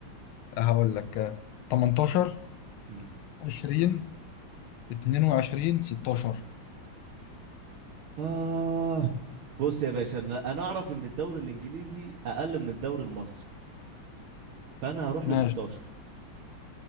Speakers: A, on the left; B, on the right.
A: آه، هقول لك آه، 18
B: امم
A: 20 22 16
B: اه بص يا باشا انا انا اعرف ان الدوري الانجليزي اقل من الدوري المصري فانا هروح
A: ماشي
B: ل 16